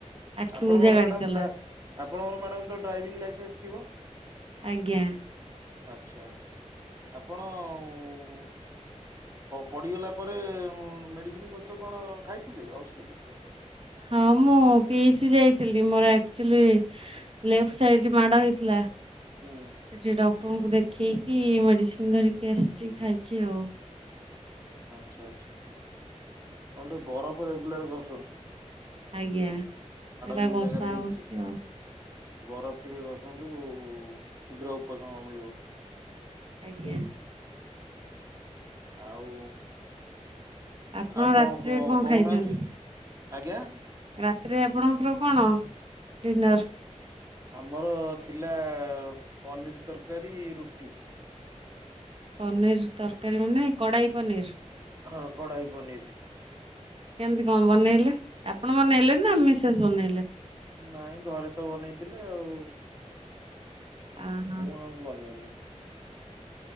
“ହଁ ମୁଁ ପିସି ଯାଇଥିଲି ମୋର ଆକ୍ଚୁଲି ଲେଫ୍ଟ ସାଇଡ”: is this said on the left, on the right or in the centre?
Right